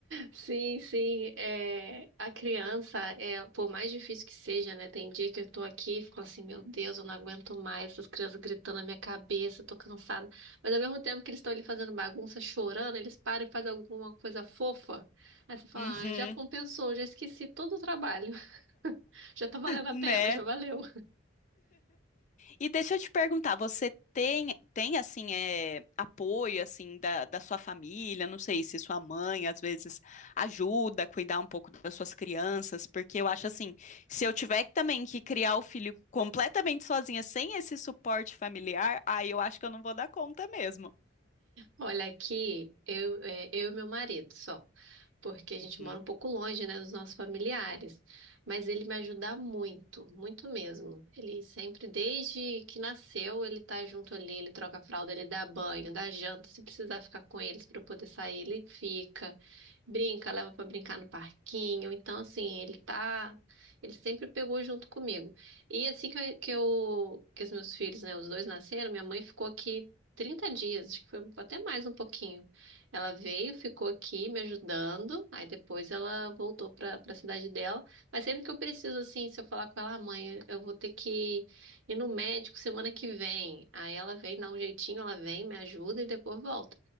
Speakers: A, on the right; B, on the left.
A: Sim, sim. É, a criança, é, por mais difícil que seja, né? Tem dia que eu tô aqui e fico assim, meu Deus, eu não aguento mais essas crianças gritando na minha cabeça, eu tô cansada. Mas ao mesmo tempo que eles estão ali fazendo bagunça, chorando, eles param e fazem alguma coisa fofa. Aí você fala,
B: Uhum,
A: ai, já compensou, já esqueci todo o trabalho. <laughs> Já tá valendo a
B: né?
A: pena, já valeu.
B: E deixa eu te perguntar, você tem, tem assim, é, apoio, assim, da, da sua família? Não sei se sua mãe, às vezes, ajuda a cuidar um pouco das suas crianças, porque eu acho assim, se eu tiver também que criar o filho completamente sozinha, sem esse suporte familiar, aí eu acho que eu não vou dar conta mesmo.
A: Olha, aqui eu, é, eu e meu marido só, porque a
B: Uhum,
A: gente mora um pouco longe, né, dos nossos familiares. Mas ele me ajuda muito, muito mesmo. Ele sempre, desde que nasceu, ele tá junto ali, ele troca a fralda, ele dá banho, dá janta. Se precisar ficar com eles para eu poder sair, ele fica. Brinca, leva para brincar no parquinho. Então, assim, ele tá, ele sempre pegou junto comigo. E assim que eu, que eu- que os meus filhos, né, os dois nasceram, minha mãe ficou aqui Trinta dias, acho que foi até mais um pouquinho. Ela veio, ficou aqui me ajudando, aí depois ela voltou para para a cidade dela. Mas sempre que eu preciso, assim, se eu falar com ela, ah, mãe, eu vou ter que ir no médico semana que vem. Aí ela vem, dá um jeitinho, ela vem, me ajuda e depois volta.